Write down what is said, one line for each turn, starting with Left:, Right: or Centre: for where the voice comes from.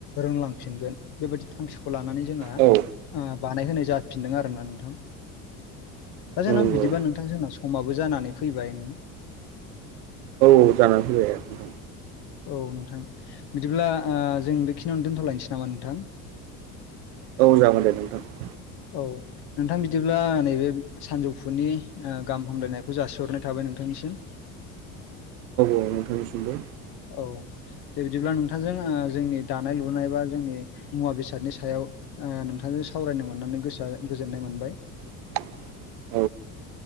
Left: रोंलांफिनगोन बेबायदि थांखिखौ लानानै जोहा
Right: औ
Left: ओ बानायहोनाय जाफिनदों आरोना नोंथां। दा जोंना
Right: नंगौ
Left: बिदिबा नोंथां जोंना समाबो जानानै फैबाय नों
Right: औ औ जानानै फैबाय नोंथां।
Left: औ नोंथां बिदिब्ला ओ जों बेखिनियावनो दोनथ'लायनोसै नामा नोंथां।
Right: औ जागोन दे नोंथां
Left: औ नोंथां बिदिब्ला नैबे सानजौफुनि गाहाम हामलायनायखौ जासिहरनाय थाबाय नोंथांनिसिम।
Right: म उ थैस दा <unintelligible> <inaudible>
Left: औव दे बिदिब्ला नोंथांजों जोंनि दानाय लुनाय बा जोंनि मुवा बेसादनि सायाव ओ नोंथांजों सावरायनो मोननानै गोसोआ गोजोननाय मोनबाय।
Right: <inaudible>